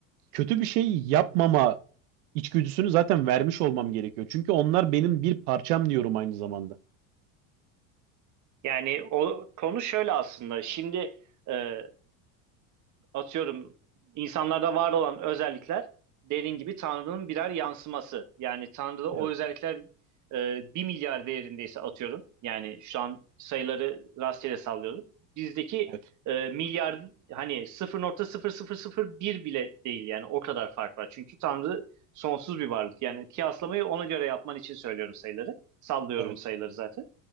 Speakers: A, on the right; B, on the right.
A: kötü bir şey yapmama içgüdüsünü zaten vermiş olmam gerekiyor. Çünkü onlar benim bir parçam diyorum aynı zamanda.
B: Yani o konu şöyle aslında. Şimdi e, atıyorum insanlarda var olan özellikler dediğin gibi Tanrı'nın birer yansıması. Yani Tanrı'da o
A: Evet,
B: özellikler e, 1 milyar değerindeyse atıyorum. Yani şu an sayıları rastgele sallıyorum. Bizdeki
A: evet,
B: e, milyar hani sıfır nokta sıfır sıfır sıfır bir bile değil yani o kadar fark var. Çünkü Tanrı sonsuz bir varlık. Yani kıyaslamayı ona göre yapman için söylüyorum sayıları. Sallıyorum
A: evet.
B: sayıları zaten.